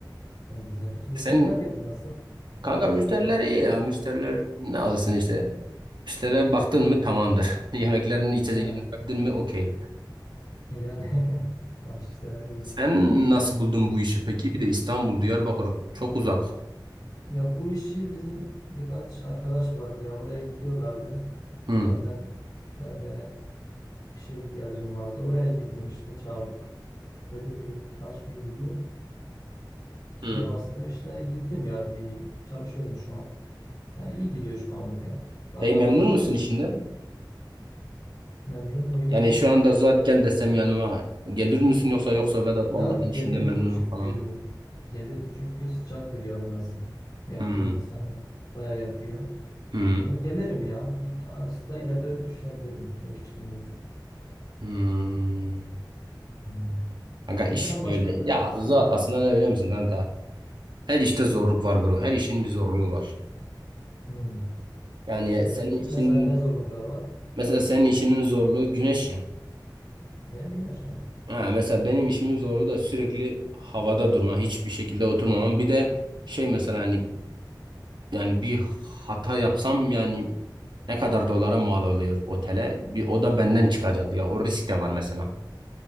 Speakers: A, on the left; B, on the right.
A: da güzeldir. Müşteriler
B: Sen
A: peki nasıl?
B: kanka
A: Size karşı
B: müşteriler
A: nasıl
B: iyi
A: falan?
B: ya. Müşteriler ne alsın işte. İşlere baktın mı tamamdır. <laughs> Yemeklerini, içeceklerini
A: He,
B: verdin mi okey.
A: yani <laughs> bak işte verirler.
B: Sen nasıl buldun bu işi peki? Bir de İstanbul, Diyarbakır çok uzak.
A: Ya bu işi bizim birkaç arkadaş vardı ya oraya gidiyorlardı.
B: Hı.
A: Zaten ben de işe ihtiyacım vardı. Oraya gittim işte çağırdı Dedim bir kaç gün gideyim. Sonrasında
B: Hı.
A: işte gittim ya bir çalışıyorum şu an. Yani iyi gidiyor şu anlık ya. Bakalım
B: Peki memnun musun işinden?
A: memnun muyum?
B: Yani şu anda zaten gel desem yanıma gelir misin yoksa yoksa Vedat vallahi
A: Ya gelirim
B: ben işinden memnunum
A: çünkü
B: falan.
A: gelirim çünkü sıcaktır ya burası. Yakıyor
B: Hmm.
A: insanı. Bayağı yakıyor.
B: Hmm.
A: Yani gelirim ya. Bir aslında ileride de düşünebilirim değiştirmeyi.
B: Hmm.
A: Hmm.
B: Kanka iş
A: E sen başkan
B: böyle.
A: ne
B: Ya
A: yapıyorsun?
B: zat aslında ne biliyor musun kanka? Her işte zorluk var bro. Her işin bir zorluğu var.
A: Hmm.
B: Yani
A: Seninki
B: senin işin
A: mesela ne zorlukları var?
B: mesela senin işinin zorluğu güneş ya.
A: Benim gibi yaşa.
B: Ha, mesela benim işimin zorluğu da sürekli havada durma, hiçbir şekilde oturmamam. Bir de şey mesela hani yani bir hata yapsam yani ne kadar dolara mal oluyor otele? Bir o da benden çıkacak ya. O risk de var mesela.